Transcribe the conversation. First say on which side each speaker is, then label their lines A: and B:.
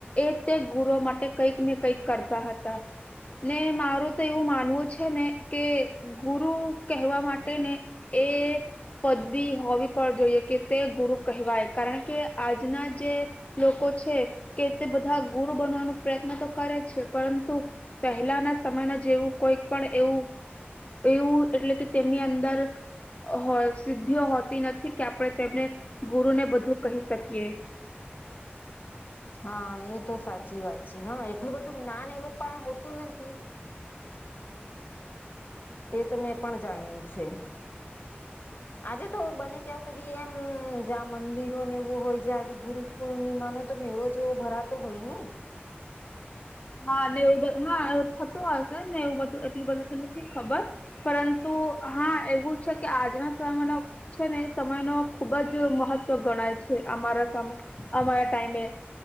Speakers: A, on the left; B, on the left.
A: એ તે ગુરુ માટે કંઈક ને કંઈક કરતા હતા. ને મારું તો એવું માનવું છે ને કે ગુરુ કહેવા માટે ને એ પદવી હોવી પણ જોઈએ કે તે ગુરુ કહેવાય કારણ કે આજના જે લોકો છે કે તે બધા ગુરુ બનવાનો પ્રયત્ન તો કરે છે પરંતુ પહેલા ના સમયમાં જેવું કોઈક પણ એવું એવું એટલે કે તેમની અંદર હોય સિદ્ધિઓ હોતી નથી કે આપણે તેમને ગુરુને બધું કહી શકીએ.
B: હ, એ તો સાચી વાત છે. હ, એટલું બધું જ્ઞાન એ લોકો પાય હોતું નથી એ તો મેં પણ જાણ્યું છે. આજે તો બને ત્યાં આજ સુધી એમ જ્યાં મંદિરો ને એવું હોય જ્યાં ગુર પૂર્ણિમાનો તો મેળો જેવો ભરા તો હોયને?
A: હા ને એવું બધ હા એ થતું હશે ને એવું બધું એટલું બધું નથી ખબર પરંતુ હા એવું છે કે આજના સમયનો છે ને એ સમય નો ખુબ જ મહત્વ ગણાય છે અમારા સામે અમારા ટાઈમે